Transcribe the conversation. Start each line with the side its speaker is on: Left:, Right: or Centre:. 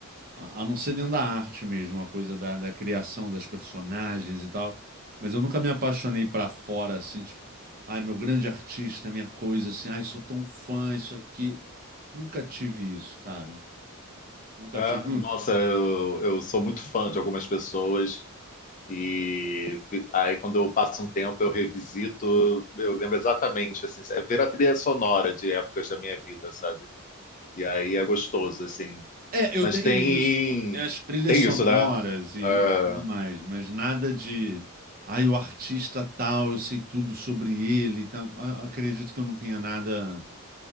Right: A, a não ser dentro da arte mesmo, uma coisa da, da criação das personagens e tal. Mas eu nunca me apaixonei pra fora, assim, tipo, ai, meu grande artista, minha coisa, assim, ai, sou tão fã, isso aqui. Nunca tive isso, cara. Nunca
Left: né?
Right: tive. nu-
Left: Nossa, eu, eu sou muito fã de algumas pessoas. E aí, quando eu passo um tempo, eu revisito, eu lembro exatamente, assim, é ver a trilha sonora de épocas da minha vida, sabe? E aí é gostoso, assim.
Right: É, eu
Left: Mas
Right: tenho
Left: tem,
Right: isso. Tem as trilhas
Left: tem
Right: sonoras
Left: isso, né?
Right: e,
Left: Ah,
Right: e tudo mais, mas nada de. Ai, o artista tal, eu sei tudo sobre ele. e tal. A- Acredito que eu não tenha nada,